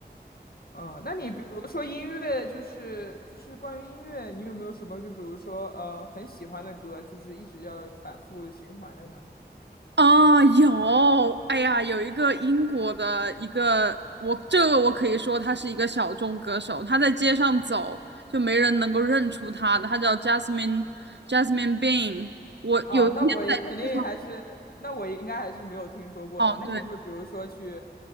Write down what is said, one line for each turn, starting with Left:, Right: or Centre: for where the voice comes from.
Left: 嗯，那你比如说音乐，就是就是关于音乐，你有没有什么就比如说呃很喜欢的歌，就是一直要反复循环的呢？
Right: 啊，有，哎呀，有一个英国的一个，我这个我可以说他是一个小众歌手，他在街上走就没人能够认出他的，他叫 Jasmine Jasmine Bean。我有一天在街上，
Left: 哦，那我也肯定还是，那我应该还是没有听说过了。
Right: 哦，
Left: 那你会比如说去，
Right: 对，